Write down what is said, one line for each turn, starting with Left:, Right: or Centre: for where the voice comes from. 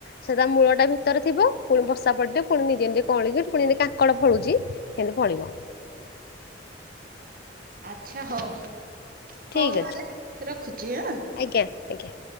Left: ସେ ତା ମୂଳଟା ଭିତରେ ଥିବ ପୁଣି ବର୍ଷା ପଡିିବ ପୁଣି ନିଜେ ନିଜେ କଅଁଳିକି ଫୁଣି ଯେମିତି କାଙ୍କଡ଼ ଫଳୁଛି ହେଲେ ଫଳିବ।
Right: ଆଛା ହଉ ହଉ
Left: ଠିକ୍
Right: ତାହାଲେ
Left: ଅଛି
Right: ରଖୁଛି ଆଁ।
Left: ଆଜ୍ଞା ଆଜ୍ଞା।